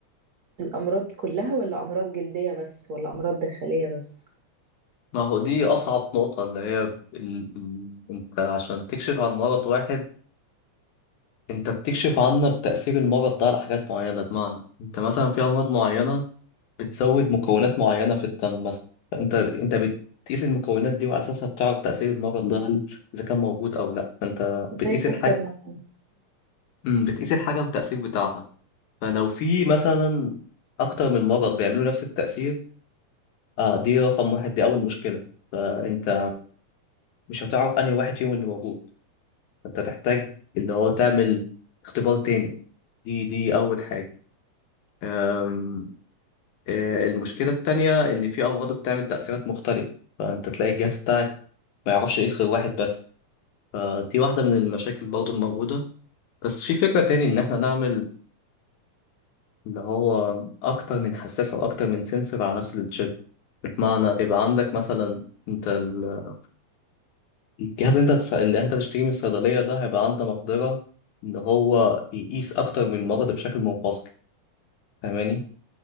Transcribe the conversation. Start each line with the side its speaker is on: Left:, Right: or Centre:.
Right: الأمراض كلها ولا أمراض جلدية بس ولا أمراض داخلية بس
Left: ما هو دي أصعب نقطة اللي هي ال... ال- أنت عشان تكشف عن مرض واحد أنت بتكشف عنه بتأثير المرض ده على حاجات معينة بمعنى أنت مثلا في أمراض معينة بتزود مكونات معينة في الدم مثلا فأنت أنت بتقيس المكونات دي وعلى أساسها بتعرف تأثير المرض ده هل إذا كان موجود أو لأ فأنت بتقيس
Right: زي السكر
Left: الحاجة
Right: مثلا
Left: مم، بتقيس الحاجة والتأثير بتاعها فلو في مثلا أكتر من مرض بيعملوا نفس التأثير آه دي رقم واحد دي أول مشكلة فأنت مش هتعرف أنهي واحد فيهم اللي موجود فأنت تحتاج اللي هو تعمل اختبار تاني دي دي أول حاجة أم، آه، المشكلة التانية إن في أمراض بتعمل تأثيرات مختلفة فأنت تلاقي الجهاز بتاعك ما يعرفش يقيس غير واحد بس فدي واحدة من المشاكل برضو الموجودة بس في فكرة تاني إن إحنا نعمل اللي هو أكتر من حساس أو أكتر من سنسور على نفس التشيب بمعنى يبقى عندك مثلا أنت ال- الجهاز اللي أنت هتس- اللي أنت تشتريه من الصيدلية ده هيبقى عنده مقدرة إن هو يقيس أكتر من مرض بشكل منفصل فاهماني؟